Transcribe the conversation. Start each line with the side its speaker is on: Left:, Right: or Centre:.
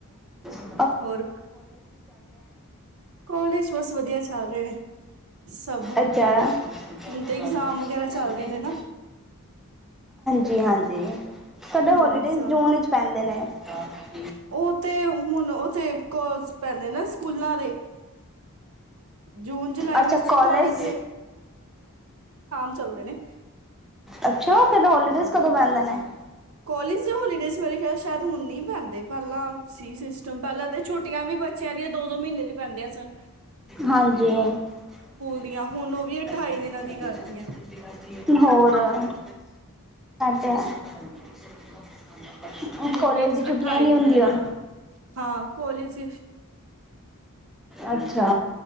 Centre: <inaudible> <inaudible> <inaudible>
Right: ਹੋਰ ਕੋਾਲਜ ਬਸ ਵਧੀਆ ਚੱਲ ਰਹੇ ਨੇ ਸਭ।
Centre: ਅੱਛਾ <unintelligible>
Right: ਹੁਣ ਤੇ ਇਗਜ਼ਾਮ
Centre: ਹਾਂਜੀ।
Right: ਵਗੈਰਾ ਚੱਲ ਰਹੇ ਨੇ ਨਾ
Centre: ਜੀ ਹਾਂਜੀ। ਸਾਡੇ ਹੋਲੀਡੇਜ਼
Right: ਹੁਣ ਇਗਜ਼ਾਮ
Centre: ਜੂਨ ਵਿੱਚ ਪੈਂਦੇ ਨੇ। ਹਾਂ। <unintelligible>
Right: ਉਹ ਤੇ ਹੁਣ ਉਹ ਤੇ ਕੋ ਪੈਂਦੇ ਨਾ ਸਕੂਲਾਂ ਦੇ ਜੂਨ ਜੁਲਾਈ
Centre: ਅੱਛਾ
Right: ਵਿੱਚ ਕੋਾਲਜ।
Centre: <unintelligible>
Right: ਚੱਲਦੇ ਨੇ
Centre: ਅੱਛਾ। ਹੋਲੀਡੇਜ਼ ਕਦੋਂ ਪੈਂਦੇ ਨੇ?
Right: ਕੋਾਲਜ ਤੇ ਹੋਲੀਡੇਜ ਮੇਰੇ ਖਿਆਲ ਸ਼ਾਇਦ ਹੁਣ ਨੀ ਪੈਂਦੇ ਪਹਿਲਾਂ ਸੀ ਸਿਸਟਮ ਪਹਿਲਾਂ ਤੇ ਛੁੱਟੀਆਂ ਵੀ ਬੱਚਿਆ ਦੀਆ ਦੋ ਦੋ ਮਹੀਨੇ ਦੀਆਂ ਪੈਂਦੀਆਂ ਸਨ।
Centre: ਹਾਂਜੀ <unintelligible>
Right: ਦੀਆਂ ਹੁਣ ਉਹ ਵੀ ਅਠਾਈ ਦਿਨਾਂ ਦੀ ਕਰਤੀਆਂ
Centre: ਹੋਰ ਇਹ ਤੇ ਹੈ। <inaudible>
Right: ਹੁਣ ਉਹ
Centre: ਕਾਲਜ
Right: ਵੀ
Centre: ਦੀ ਛੁੱਟੀਆਂ
Right: ਅਠਾਈ
Centre: ਨਹੀਂ
Right: ਦਿਨਾਂ
Centre: ਹੁੰਦੀਆਂ।
Right: ਦੀ
Centre: <inaudible>
Right: ਹਾਂ ਕਾਲਜ
Centre: ਅੱਛਾ